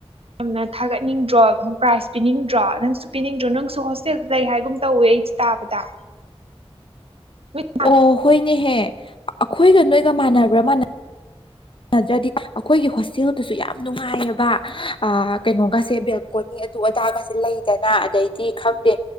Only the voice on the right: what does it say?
ꯌꯥꯝꯅ ꯊꯥꯒꯠꯅꯤꯡꯗ꯭ꯔꯣ ꯄ꯭ꯔꯥꯏꯖ ꯄꯤꯅꯤꯡꯗ꯭ꯔꯣ ꯅꯪꯁꯨ ꯄꯤꯅꯤꯡꯗ꯭ꯔꯣ ꯅꯪꯁꯨ ꯍꯣꯁꯇꯦꯜ ꯂꯩ ꯍꯥꯏꯒꯨꯝ ꯇꯧꯋꯦ ꯑꯩ ꯇꯥꯕꯗ <unintelligible>